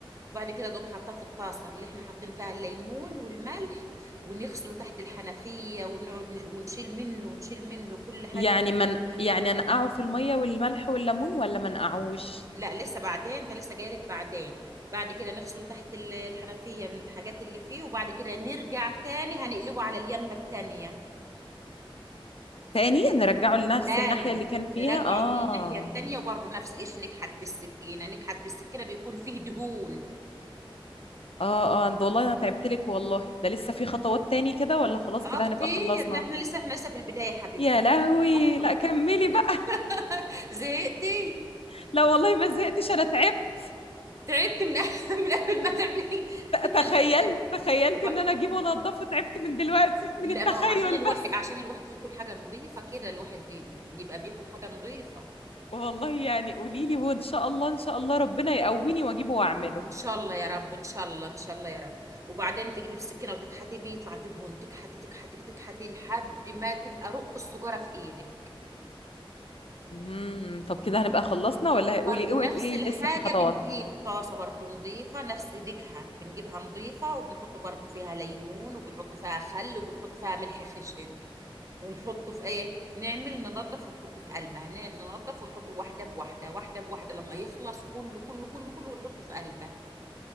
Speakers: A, on the right (about 35°); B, on the left (about 85°).
A: وبعد كده تقوم حاطاه في الطاسه اللي احنا حاطين فيها الليمون والملح ونغسله تحت الحنفيه ونقعد نج- ونشيل منه ونشيل منه كل حاجه
B: يعني
A: فيه
B: من يعني انقعه في المية والملح والليمون ولا ما نقعوش
A: لا لسه بعدين انت لسه جايلك بعدين بعد كده نغسله تحت ال- الحنفيه من الحاجات اللي فيه وبعد كده نرجع تاني هنقلبه على اليمه التانيه
B: تاني نرجعه لنفس
A: تاني
B: الناحية اللي كان فيها
A: نرجعه
B: اه
A: للناحيه التانيه وبرضه نفس الشيء نكحت بالسكينه نكحت بالسكينه بيكون فيه دهون
B: اه اه ده والله انا تعبت لك والله ده لسه في خطوات تاني كده ولا خلاص
A: اه
B: كده
A: كتير
B: هنبقى خلصنا
A: لا احنا لسه احنا لسه في البداية يا حبيبتي
B: يا لهوي
A: بح- <laughs>
B: لا كملي بقى
A: زهقتي
B: <laughs> لا والله ما زهقتش انا تعبت
A: تعبت من <laughs> من قبل ما تعملي <laughs> لا
B: تخيل
A: لا لا.
B: تخيلت
A: وب-
B: ان انا اجيبه وانضفه تعبت من دلوقتي
A: لا
B: من التخيل
A: ما هو عشان الواحد
B: بس
A: عشان الواحد ياكل حاجة نظيفة كده الواحد بي- يبقى بياكل حاجة نظيفة
B: والله يعني قولي لي وان شاء الله ان شاء الله ربنا يقويني واجيبه واعمله
A: ان شاء الله يا رب ان شاء الله ان شاء الله يا رب وبعدين تجيبي السكينة وتكحتي بيه يطلع دهون تكحتي تكحتي تكحتي لحد ما تبقى رق السجارة في ايدك
B: امم طب كده هنبقى خلصنا ولا قولي
A: برضو
B: اوعي
A: نفس
B: تقولي
A: الحاجة
B: لي لسه في خطوات
A: بنجيب طاسة برضو نظيفة نفس ديكها بنجيبها نظيفة وبنحط برضو فيها ليمون وبنحط فيها خل وبنحط فيها ملح خشن ونحطه في ايه نعمل ننضف ونحط في قلبها ن- ننضف ونحط واحدة بواحدة واحدة بواحدة لما يخلص كله كله كله كله ونحطه في قلبها